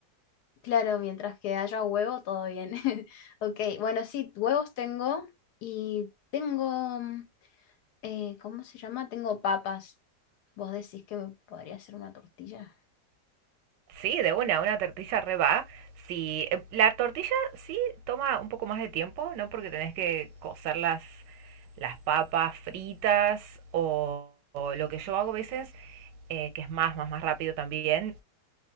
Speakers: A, on the left (about 70°); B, on the right (about 85°).
A: Claro, mientras que haya huevo, todo bien. <laughs> Ok, bueno, sí, huevos tengo y tengo, mm, eh, ¿cómo se llama? Tengo papas. ¿Vos decís que me podría hacer una tortilla?
B: Sí, de una, una tortilla re va. Sí, eh, la tortilla sí toma un poco más de tiempo, ¿no? Porque tenés que cocer las, las papas fritas o, o lo que yo hago a veces, eh, que es más, más, más rápido también,